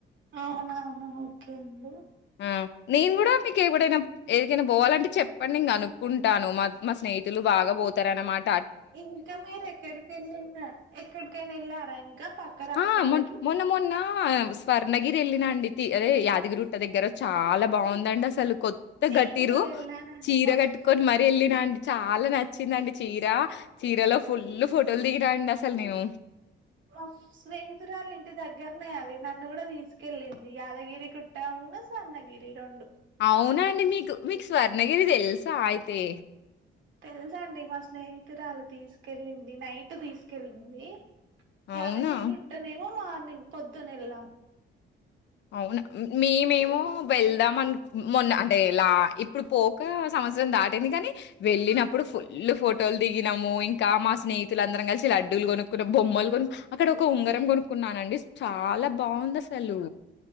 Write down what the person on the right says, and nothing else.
అవునా అవును ఒకే అండి
ఇంకా మీరు ఎక్కడికెళ్ళిన ఎక్కడికైనా ఎళ్ళారా ఇంకా పక్క రాష్ట్రాలకి
నేను
కూడా వెళ్ళానండి
మా
ఫ్రె-
మా స్నేహితురాలి ఇంటి దగ్గర్నే అది నన్ను గూడా తిస్కెళ్ళింది యాదగిరిగుట్ట ఉన్ను స్వర్ణగిరి రొండు
తెల్సండి మా స్నేహితురాలు తీసుకెళ్ళింది నైటు తీస్కెళ్ళింది
యాదగిరి గుట్టనేమో మార్నింగ్ పొద్దునెళ్ళాం